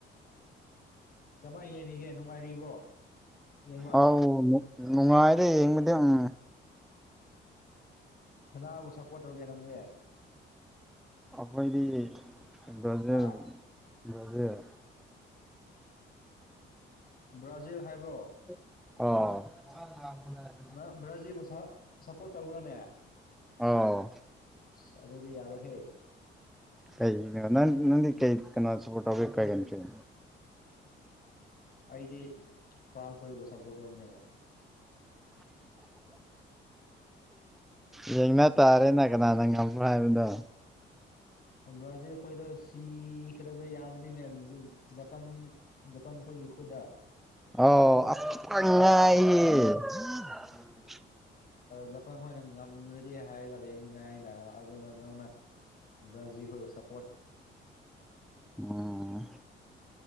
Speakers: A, on the left; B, in the centre.
A: ꯀꯃꯥꯏ ꯌꯦꯡꯔꯤꯒꯦ ꯅꯨꯡꯉꯥꯏꯔꯤꯕ꯭ꯔꯣ ꯌꯦꯡꯕ
B: ꯑꯧ ꯅꯨꯡ ꯅꯨꯡꯉꯥꯏꯔꯤ ꯌꯦꯡꯕꯗꯤ ꯎꯝ
A: ꯀꯅꯥꯕꯨ ꯁꯞꯄꯣꯔꯠ ꯇꯧꯒꯦ ꯅꯪꯗꯤ
B: ꯑꯩꯈꯣꯏꯗꯤ ꯕ꯭ꯔꯥꯖꯤꯜ
A: ꯍꯥ
B: ꯕ꯭ꯔꯥꯖꯤꯜ
A: ꯕ꯭ꯔꯥꯖꯤꯜ ꯍꯥꯏꯕ꯭ꯔꯣ
B: ꯑꯣ <unintelligible>
A: ꯅꯪ ꯕ꯭ꯔꯥꯖꯤꯜꯕꯨ ꯁꯞ ꯁꯞꯄꯣꯔꯠ ꯇꯧꯕ꯭ꯔꯅꯦ
B: ꯑꯧ
A: ꯑꯁ ꯑꯗꯨꯗꯤ ꯌꯥꯔꯣꯏꯍꯦ
B: ꯀꯩꯒꯤꯅꯣ ꯅꯪ ꯅꯪꯗꯤ ꯀꯩ ꯀꯅꯥ ꯁꯞꯄꯣꯔꯠ ꯇꯧꯒꯦ <unintelligible>
A: ꯑꯩꯗꯤ ꯐ꯭ꯔꯥꯟꯁ ꯈꯣꯏꯕꯨ ꯁꯞꯄꯣꯔꯠ ꯇꯧꯕꯅꯦ
B: ꯌꯦꯡꯅ ꯇꯥꯔꯦꯅꯦ ꯀꯅꯥꯅ ꯉꯝ ꯕ꯭ꯔ ꯍꯥꯏꯕꯗꯣ
A: ꯕ꯭ꯔꯥꯖꯤꯜ ꯑꯩꯈꯣꯏꯗꯣ ꯁꯤꯈ꯭ꯔꯕ ꯌꯥꯕꯅꯤꯅꯦꯝ ꯖꯞ ꯄꯟ ꯖꯄꯥꯟ ꯈꯣꯏꯒꯤ ꯈꯨꯗ
B: ꯑꯣ ꯑꯁ ꯈꯤꯇꯪ ꯉꯥꯏꯌꯦ <inaudible>
A: ꯖꯄꯥꯟ ꯈꯣꯏꯅ ꯉꯝꯃꯔꯗꯤ ꯍꯥꯏꯔꯒ ꯂꯩꯕꯅꯤꯅ ꯑꯩꯅ ꯑꯗꯨꯅ ꯅꯪꯅ ꯕꯔꯖꯤꯜ ꯈꫭꯏꯕꯨ ꯁꯥꯞ
B: ꯎꯝ